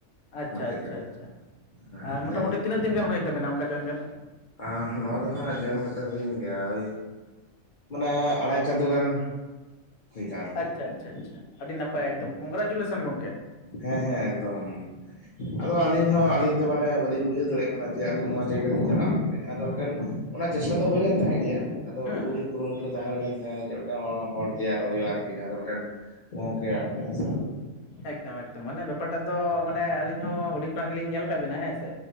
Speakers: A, on the left (about 80°); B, on the left (about 50°).
A: ᱟᱪᱪᱷᱟ
B: ᱢᱟᱪᱮᱫ
A: ᱟᱪᱪᱷᱟ
B: ᱨᱮ
A: ᱟᱪᱪᱷᱟ
B: ᱦᱮᱸ
A: ᱢᱚᱴᱟᱢᱩᱴᱤ
B: ᱞᱟᱹᱭ
A: ᱛᱤᱱᱟᱹᱜ ᱫᱤᱱ ᱜᱟᱱ ᱦᱩᱭᱮᱱ ᱛᱟᱵᱮᱱᱟ? ᱚᱠᱟ ᱡᱚᱭᱮᱱ ᱠᱟᱛᱮ?
B: ᱟᱸ ᱱᱚᱣᱟ ᱫᱚ ᱦᱟᱸᱜ ᱡᱚᱭᱚᱱ ᱠᱟᱛᱮᱫ ᱦᱩᱭᱮᱱ ᱜᱮᱭᱟ ᱳᱭ ᱢᱟᱱᱮ ᱟᱲᱟᱭ ᱪᱟᱸᱫᱳ ᱜᱟᱱ᱾ ᱦᱩᱭᱱᱟ ᱟᱨᱠᱤ
A: ᱟᱪᱪᱷᱟ ᱟᱪᱪᱷᱟ ᱟᱪᱷᱟ ᱟᱹᱰᱤ ᱱᱟᱯᱟᱭ ᱮᱠᱫᱚᱢ ᱠᱚᱝᱜᱽᱨᱟᱪᱩᱞᱮᱥᱚᱱ <unintelligible> ᱜᱚᱝᱠᱮ
B: ᱦᱮᱸ ᱦᱮᱸ ᱮᱠᱫᱚᱢ᱾ ᱟᱫᱚ ᱟᱹᱞᱤᱧ ᱦᱚᱸ ᱟᱹᱞᱤᱧ ᱛᱮ ᱢᱟᱱᱮ ᱵᱟᱹᱞᱤᱧ ᱵᱩᱡᱷᱟᱹᱣ ᱫᱟᱲᱮᱭᱟᱜ ᱠᱟᱱᱟ ᱡᱮ ᱟᱹᱞᱤᱧ ᱱᱚᱣᱟ ᱡᱟᱭᱜᱟ ᱞᱤᱧ ᱪᱟᱞᱟᱜᱼᱟ ᱢᱮᱱᱛᱮ ᱡᱟᱦᱟᱸ ᱫᱚ ᱢᱤᱫᱴᱮᱱ ᱚᱱᱟ ᱪᱮᱥᱴᱟ ᱫᱚ ᱦᱩᱭ ᱞᱮᱱ ᱛᱟᱦᱮᱸ ᱜᱮᱭᱟ ᱟᱫᱚ
A: ᱦᱮᱸ
B: ᱠᱷᱩᱵ ᱠᱩᱨᱩᱢᱩᱴ ᱨᱮ ᱛᱟᱦᱮᱸ ᱦᱳᱭ ᱞᱮᱱ ᱛᱟᱦᱮᱸ ᱡᱮ ᱢᱤᱫᱴᱟᱝ ᱦᱚᱲ ᱛᱮᱭᱟᱨᱚᱜ ᱦᱩᱭᱩᱜᱼᱟ ᱟᱨᱠᱤ ᱡᱟᱦᱟᱸ ᱫᱚ ᱢᱤᱫᱴᱮᱱ ᱜᱚᱝᱠᱮ ᱟᱨᱠᱤ ᱦᱮᱸ ᱥᱮ ᱵᱟᱝ᱾
A: ᱮᱠᱫᱚᱢ ᱮᱠᱫᱚᱢ ᱢᱟᱱᱮ ᱵᱮᱯᱟᱨ ᱴᱟᱜ ᱫᱚ ᱢᱟᱱᱮ ᱟᱹᱞᱤᱧ ᱦᱚᱸ ᱦᱩᱰᱤᱧ ᱠᱷᱚᱱᱟᱜ ᱜᱮᱞᱤᱧ ᱧᱮᱞ ᱟᱠᱟᱫ ᱵᱤᱱᱟ ᱦᱮᱸ ᱥᱮ᱾